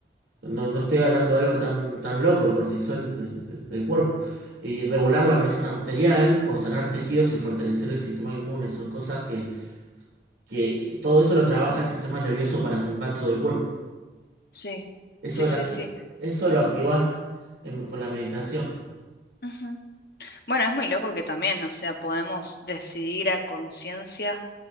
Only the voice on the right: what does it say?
no, no estoy hablando de algo tan, tan loco, el cortisol del, del del cuerpo. Y regular la presión arterial o sanar tejidos y fortalecer el sistema inmune son cosas que que todo eso lo trabaja el sistema nervioso parasimpático del cuerpo.
Eso,
la-
eso lo activás en- con la meditación.